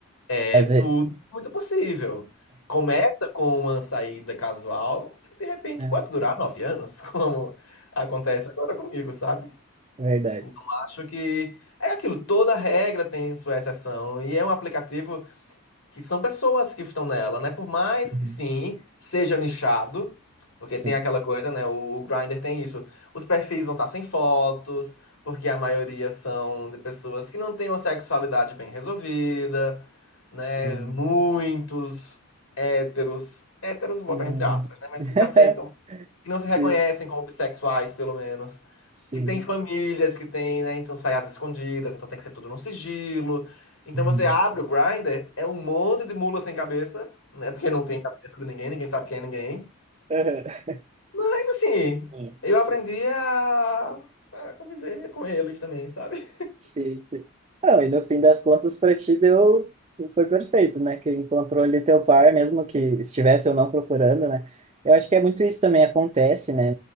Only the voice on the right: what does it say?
Às
vezes.
É,
verdade.
Uhum.
Sim,
sim.
Uhum.
<laughs>
Sim,
sim.
Uhum.
<laughs>
Uhum.
Sim, sim. Não, e no fim das contas, para ti deu. Foi perfeito, né? Que encontrou ali teu par, mesmo que estivesse ou não procurando, né? Eu acho que é muito isso também acontece, né?